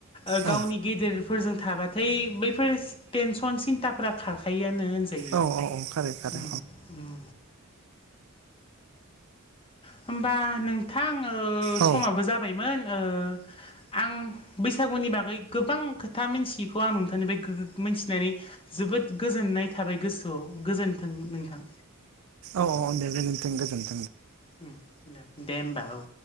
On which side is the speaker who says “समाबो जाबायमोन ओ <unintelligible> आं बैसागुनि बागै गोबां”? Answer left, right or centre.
Left